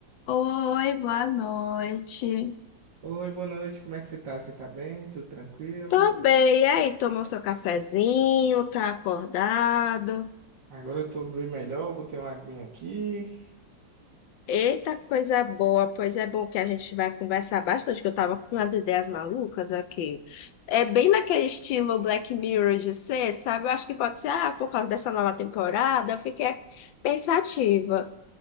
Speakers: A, on the left; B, on the right.
A: Oi, boa noite.
B: Oi, boa noite, como é que você tá? Você tá bem? Tudo tranquilo?
A: Tô bem, e aí? Tomou seu cafezinho? Tá acordado?
B: Agora eu tô bem melhor, botei uma aguinha aqui.
A: Eita, coisa boa! Pois é bom que a gente vai conversar bastante, que eu tava com umas ideias malucas aqui. É bem naquele estilo Black Mirror de ser, sabe? Eu acho que pode ser, ah, por causa dessa nova temporada, eu fiquei pensativa.